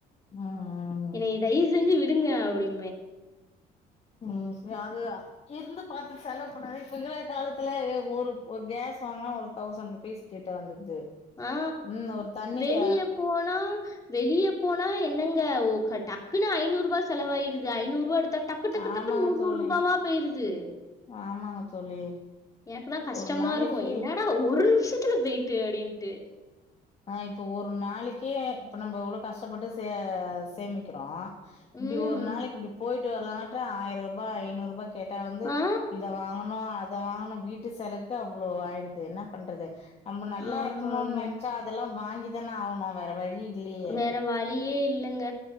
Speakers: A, on the left; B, on the left.
A: ம் ம்
B: என்னைய தயவு செஞ்சி வி டுங்க அப்டி
A: ம் சரி அது இருந்து பாத்து செலவு கும் பழைய இப்பகிற காலத்துல எ ஒரு ஒரு கேஸ் வாங்கனா ஒரு தௌசண்ட் ருபீஸ் கிட்ட வந்துடுது
B: ஆ
A: ம் ஒரு தண்ணிக்கு
B: வெளிய போனா வெளிய போனா என்னங்க ஓ டக்குனு ஐநூறுபா செலவாயிடுது ஐநூறுபா எடுத் டக்கு டக்கு
A: ஆமாங்க
B: டக்குன்னு நூற்நூரூபாவா
A: தோழி
B: போயிருது
A: ஆமாங்க தோழி
B: எனக்குலா கஷ்டமா
A: ஒரு நாளைக்கு
B: இருக்கும் என்னடா ஒரு நிமிஷத்துல வெய் தேடின் தே
A: ஆ இப்போ ஒரு நாளிக்கே இப்ப நம்போ எவ்ளோ கஷ்டப்பட்டு சே சேமிக்கிறோ இப்டி
B: ம்
A: ஒரு நாளைக்கு இப்டி போய் டு வரலாங்கட்டியு ஆயிரூபா ஐநூரூபா கேட்டா வந்து
B: ஆ
A: இத வாங்கணோ அ த வாங்குணோ வீட்டு செலவுக்கு அவ்ளோ ஆயிடுது என்ன பண்றது நம்ப நல்லா
B: ஆமாமா
A: இருக்கணும்னு நெ அதெல்லா வாங்கி தான ஆவுனோ வேற வழி இல்லையே
B: வேற வலியே இல்லங்க